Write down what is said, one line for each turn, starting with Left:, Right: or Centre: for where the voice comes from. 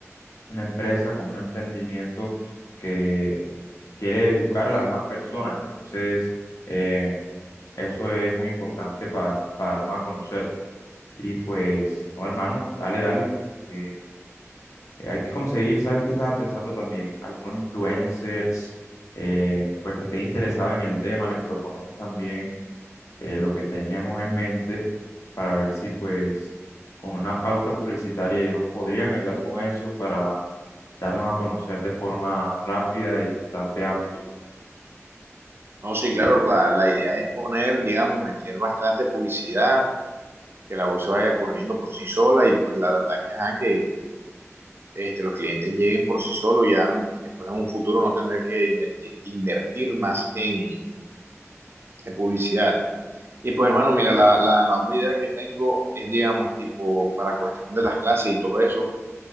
Left: una empresa, como un emprendimiento que quiere educar a las demás personas. Entonces, eh, eso es muy importante para darnos a conocer. Y pues, no, hermano, dale, dale. que, eh, hay que conseguir, ¿sabes qué estaba pensando también? Algunos influencers, eh, pues que estén interesados en el tema, les proponemos también eh, lo que tenemos en mente para ver si pues con una pauta publicitaria ellos nos podrían ayudar con eso para darnos a conocer de forma rápida y bastante amplia.
Right: No, sí, claro, la, la idea es poner, digamos, meter bastante publicidad, que la voz se vaya corriendo por sí sola y pues la verdad que, ajá, que este, los clientes lleguen por sí solos ya después en un futuro no tener que inventir, invertir más en, en, publicidad. Y pues hermano, mira, la, la, la otra idea que tengo es, digamos, tipo para cuestiones de las clases y todo eso,